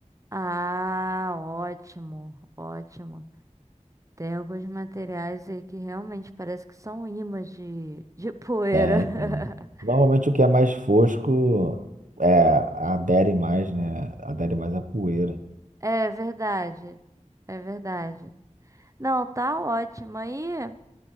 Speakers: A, on the right (about 25°); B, on the right (about 80°).
A: Ah, ótimo, ótimo. Tem alguns materiais aí que realmente parece que são ímãs de, de poeira.
B: Tem,
A: <laughs>
B: tem. Normalmente o que é mais fosco é, adere mais, né? Adere mais à poeira.
A: É verdade, é verdade. Não, tá ótimo. Aí